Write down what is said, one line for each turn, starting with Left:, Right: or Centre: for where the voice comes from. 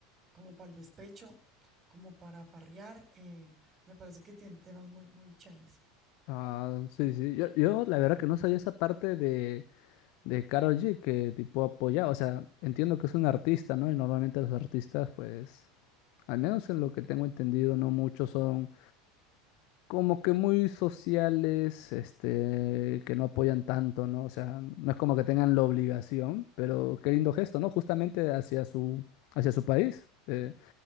Right: como para el despecho, como para farrear. eh, me parece que tiene temas muy, muy chéveres.
Left: Ah, sí, sí. Yo, yo la verdad que no sabía esa parte de, de Karol G que tipo apoyaba. O sea, entiendo que es un artista, ¿no? Y normalmente los artistas, pues, al menos en lo que tengo entendido, no muchos son. como que muy sociales, este, que no apoyan tanto, ¿no? O sea, no es como que tengan la obligación, pero qué lindo gesto, ¿no? Justamente hacia su, hacia su país. Eh,